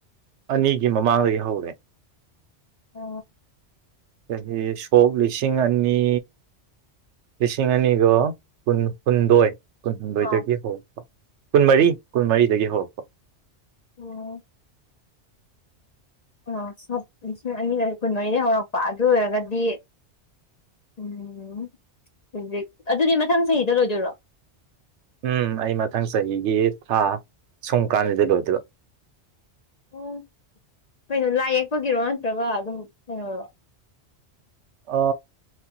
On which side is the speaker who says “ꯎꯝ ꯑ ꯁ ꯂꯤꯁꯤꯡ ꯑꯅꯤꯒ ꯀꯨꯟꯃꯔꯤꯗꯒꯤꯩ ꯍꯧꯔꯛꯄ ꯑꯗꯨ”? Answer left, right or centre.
Left